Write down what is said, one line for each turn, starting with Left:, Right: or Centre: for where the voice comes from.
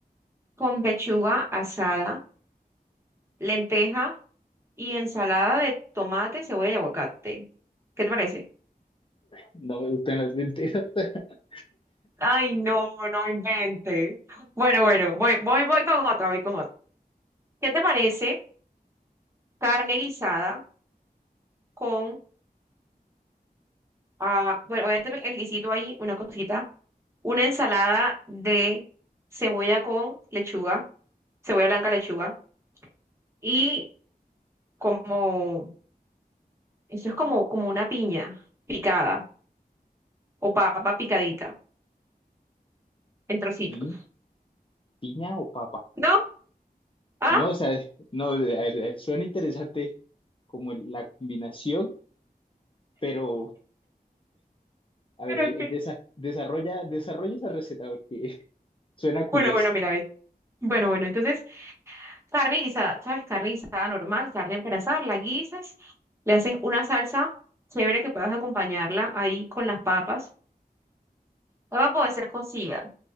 Right: con pechuga asada, lenteja y ensalada de tomate, cebolla y aguacate. ¿Qué te parece?
Left: No me gustan las lentejas. <laughs>
Right: Ay, no, no invente. Bueno, bueno, voy, voy, voy con otra, voy con otra. ¿Qué te parece carne guisada? con Ah, bueno, obviamente me- el guisito ahí, una cosita. Una ensalada de cebolla con lechuga, cebolla blanca, lechuga. Y como, eso es como, como una piña picada o papa picadita en trocitos.
Left: Pi- ¿Piña o papa?
Right: ¿No? Ah,
Left: No, o sea, no, a ver, a ver, suena interesante. como el- la combinación, pero a
Right: pero
Left: ver, eh,
Right: qué.
Left: desa- desarrolla, desarrolla esa receta porque <laughs> suena curioso.
Right: Bueno, bueno, mira, ve. Bueno, bueno, entonces carne guisada, ¿sabes? Carne guisada normal, carne para asar, la guisas, le haces una salsa chévere que puedas acompañarla ahí con las papas. Papa puede ser cocida